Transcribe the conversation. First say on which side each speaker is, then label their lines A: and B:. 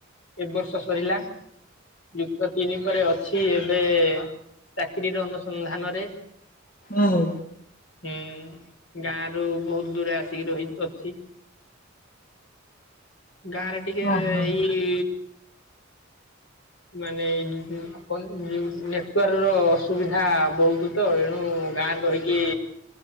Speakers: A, on the left (about 80°); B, on the left (about 45°).
A: ଏବର୍ଷ ସରିଲା ଯୁକ୍ତ ତିନି ପରେ ଅଛି ଏବେ ଚାକିରିର ଅନୁସନ୍ଧାନରେ।
B: ଓହୋ।
A: ହୁଁ ଗାଁ ରୁ ବୋହୁତ ଦୂରେ ଆସିକି ରହି ତ ଛି ଗାଁରେ ଟିକେ
B: ହଁ ହଁ
A: ଏଇ ମାନେ ଏଇ କଣ ଜୁ ନେଟୱାର୍କ ର ଅସୁବିଧା ବହୁତୁ ତ ଏଣୁ ଗାଁରେ ରହିକି